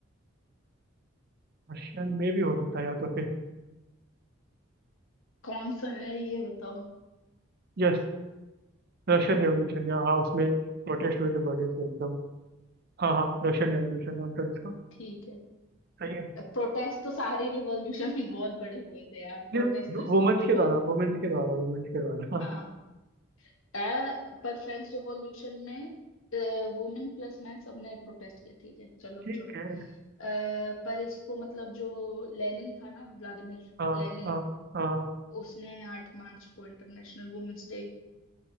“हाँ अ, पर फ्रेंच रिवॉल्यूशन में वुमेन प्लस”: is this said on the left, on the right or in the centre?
Left